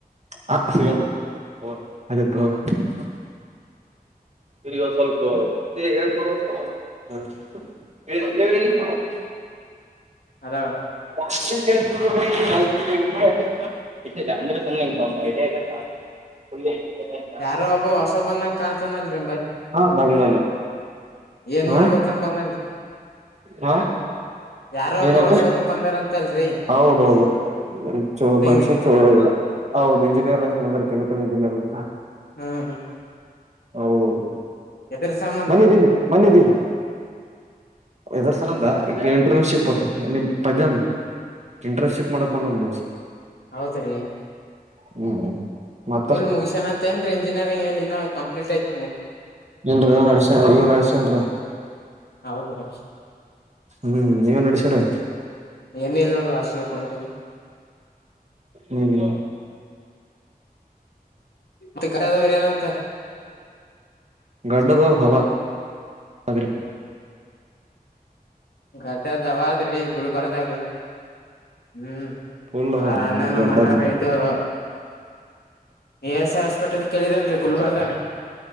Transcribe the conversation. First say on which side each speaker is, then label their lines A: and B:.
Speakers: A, on the right; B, on the left.
A: ಹ ಸಿಗಬ ಹ ಅ ಹೋಗ <unintelligible> ಇಗ ಒಂದ್ ಸ್ವಲ್ಪ ಹೇಲ್ತಾರಾತೋ ಹಾ ರಿ ಹ ಎ <unintelligible>
B: ಹಲೋ
A: ನಾ <unintelligible> ಇಟ್ಟಿದ ಅಂದ್ರೆ ಸುಮ್ನೆ ಇಂಗ್ ಸ್ವಲ್ಪ ಐಡಿಯಾ ಇದ್ರೆ ಸಾಕು ಒಳ್ಳೆ <unintelligible>
B: ಯಾರೋ ಒಬ್ಬ ಹೊಸ ಬಂದಂಗ ಕಾಣ್ತಾನಲ್ರಿ ಬನ್ನಿ
A: ಹಾ ಬಂದ ಬಂದ
B: ಏನ್
A: ಹ
B: ಮಾಡ್ಬೇಕನ್ ಬಂದನ್
A: ಹ
B: ಯಾರ ಒಬ್ಬರು
A: ಏನತ್ತು
B: ಹೊಸೊಬ್ಬರು ಬಂದಾರ ಅಂತಲ್ರಿ
A: ಹೌದೌದು ಚ ಮನುಷ್ಯ
B: ನಿಂತ
A: ಚ ಹೌದು ಇಂಜಿನಿಯರ್ ಲನ್ ಅಂದ್ರ ಕೆಮಿಕಲ್ ಇಂಜಿನಿಯರ್ ಲನ್
B: ಹ್ಮ್
A: ಹೌದೌದು
B: ಎದ್ರ ಸಂಬಂಧ
A: ಬಂದಿದ್ದೀನಿ. ಬಂದಿದ್ದೀವಿ ಎದರ ಸಲಂದ ಇಂಟರ್ನ್ಶಿಪ್
B: ಹ್ಮ್
A: ನಿಮ್ ಪದ್ಯಂದು. ಇಂಟ್ರಶ್ಯಿಪ್ ಮಾಡಕ್ ಬಂದೊಂದು.
B: ಹೌದುರೀ.
A: ಹ್ಮ್ ಮತ್ತ
B: ಪುಲ್ ಮುಗೀಶನ್ ಅಂತ ಏನ್ರಿ ಇಂಜಿನಿಯರಿಂಗ ಏನ್ ಇನ್ನ ಕಂಪ್ಲೀಟ್ ಐತ್
A: ಇಲ್ರಿ ನೆಡ್ಸಾನ್ರಿ ಈಗ ನಡ್ಸನ್ರೀ.
B: ಹೌದ್ರೀ
A: ಹ್ಮ್ ನೀವೇನ್ ನೇಡೆಸಿರೀ.
B: ಏನು ಇಲ್ ನೋಡ್ರಿ ಹಾಸ್ಟೆಲ್ಗ್ ಹೊಂಟೀನಿ.
A: ಹ್ಮ್
B: ಮತ್ತೇ <unintelligible> ಎನಂತ
A: ಗಡ್ಡದವರದು ಹವಾ ಅದ್ರೀ.
B: ಗಡ್ಡದವ ಅದ್ರಿ ಗುಲ್ಬರ್ದಾಗ ಹ್ಮ್. <unintelligible>
A: ಫುಲ್
B: ಅಣ್ಣನು
A: ಗಡ್ಡದ
B: ಮನಾಗ ಇದು. ಇ ಎಸ್ ಐ ಹಾಸ್ಪಿಟಲ್ ಕೇಳಿರಲ್ರಿ ಗುಲ್ಬರ್ದಾಗ.